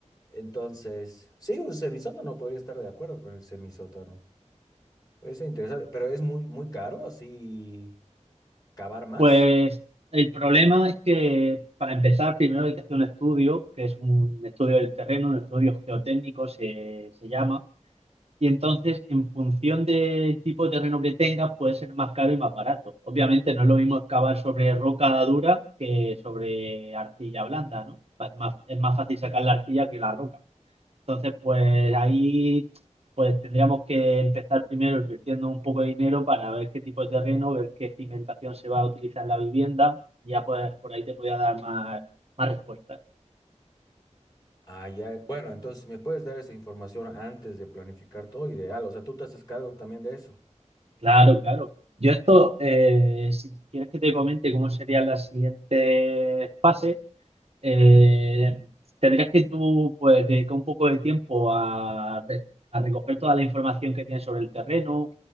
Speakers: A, on the left; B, on the right.
A: Entonces, sí, un semisótano podría estar de acuerdo con el semisótano. Puede ser interesante, pero es muy, muy caro así cavar más.
B: Pues el problema es que para empezar primero hay que hacer un estudio, que es un estudio del terreno, un estudio geotécnico se, se llama, y entonces en función del tipo de terreno que tengas puede ser más caro y más barato. Obviamente no es lo mismo excavar sobre roca dura que sobre arcilla blanda, ¿no? Pa- más- es más fácil sacar la arcilla que la roca. Entonces, pues ahí pues tendríamos que empezar primero invirtiendo un poco de dinero para ver qué tipo de terreno, ver qué cimentación se va a utilizar en la vivienda y ya pues por ahí te podía dar más, más respuestas.
A: Ah, ya. Bueno, entonces si me puedes dar esa información antes de planificar todo, ideal. O sea, tú te haces cargo también de eso.
B: Claro, claro. Yo esto, eh, si quieres que te comente cómo serían las siguientes fases, eh, tendrías que tú pues, dedicar un poco de tiempo a, re- a recoger toda la información que tienes sobre el terreno.